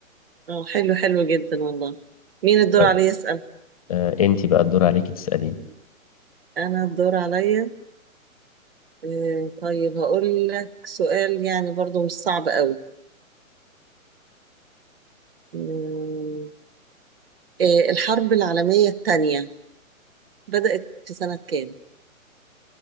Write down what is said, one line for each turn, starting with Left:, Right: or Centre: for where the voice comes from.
Right: اه حلو حلو جدا والله مين الدور
Left: طيب
Right: عليا يسأل
Left: آه أنت بقى الدور عليكي تسأليني
Right: انا الدور عليا آه، طيب هقول لك سؤال يعني برضو مش صعب قوي مم. إيه، الحرب العالمية الثانية بدأت في سنة كام؟